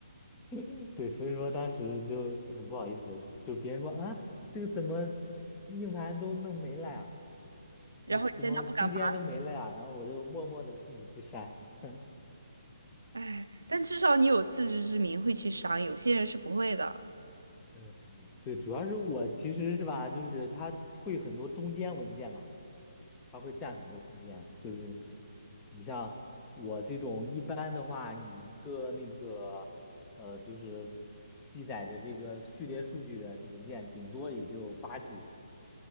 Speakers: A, on the left; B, on the right.
A: <laughs> 对，所以说当时就很不好意思，就别人说啊，这个怎么硬盘都弄没了呀？
B: 然后你在那不敢发，
A: 呃，怎么空间都没了呀？然后我就默默的自己去删。<laughs>
B: 哎，但至少你有自知之明，会去删，有些人是不会的。
A: 嗯，对，主要是我其实是吧，就是它会很多中间文件嘛，它会占很多空间。就是你像我这种一般的话，你一个那个呃，就是记载着这个序列数据的文件，顶多也就八 G。